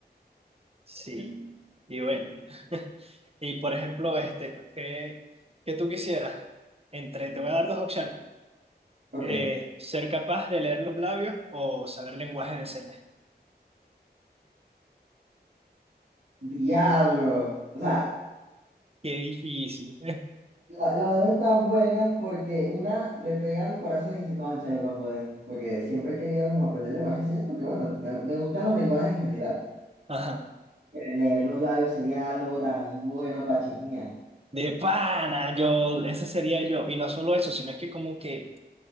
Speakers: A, on the right; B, on the right.
A: Sí, y bueno. <laughs> Y por ejemplo, este, pues, ¿qué, qué tú quisieras? Entre, te voy a dar dos opciones.
B: Ok,
A: Eh, ser capaz de leer los labios o saber lenguaje de señas.
B: diablo. O sea,
A: Qué difícil.
B: la, la dos es tan buena porque una le pega a mi corazón y dice, cónchale, para poder, porque siempre he querido como aprender lenguaje de señas, porque bueno, me, me gustan los lenguajes en general.
A: <laughs> Ajá.
B: Pero Leer los labios sería algo tan bueno para chismear.
A: De pana, yo, ese sería yo. Y no solo eso, sino es que como que